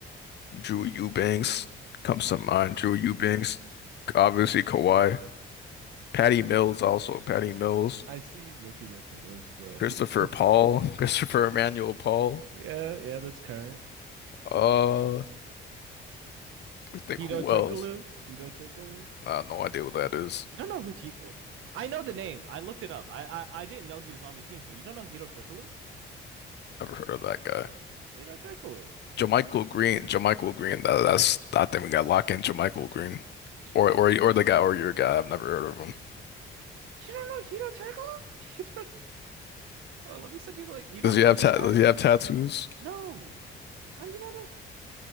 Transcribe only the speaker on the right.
I see you looking at the list, bro.
<laughs>
Yeah, yeah, that's current.
Hito
Turkoglu.
Hito Turkoglu.
You don't know who T uh, I know the name. I looked it up. I, I I didn't know he was on these teams, but you don't know Hito Turkoglu?
Hito Turkoglu.
You don't
know
he
you don't know Hito Turkoglu? <laughs> You don't Oh, let me send you the like you don't
know
this
guy?
No. How do you not know